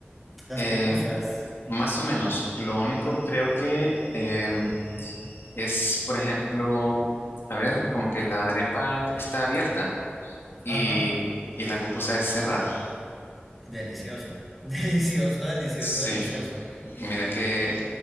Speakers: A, in the centre; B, on the left (about 70°).
A: Las
B: Eh,
A: pupusas.
B: más o menos. Lo único creo que em, es, por ejemplo, a ver, como que la arepa está abierta y,
A: Ajá.
B: y la pupusa es cerrada.
A: Delicioso. <laughs> Delicioso, delicioso,
B: Sí,
A: delicioso.
B: mira que